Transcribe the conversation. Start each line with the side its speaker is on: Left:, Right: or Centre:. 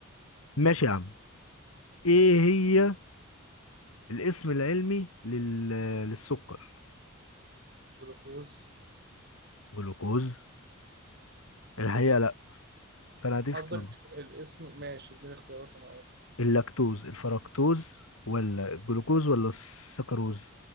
Left: ماشي يا عم إيه هي الاسم العلمي لل... للسكر؟
Right: جلوكوز
Left: جلوكوز الحقيقة لأ فأنا هديك
Right: قصدك
Left: اختيارات
Right: الاسم ماشي اديني اختيارات أنا أقول
Left: اللاكتوز الفركتوز ولا الجلوكوز ولا السكروز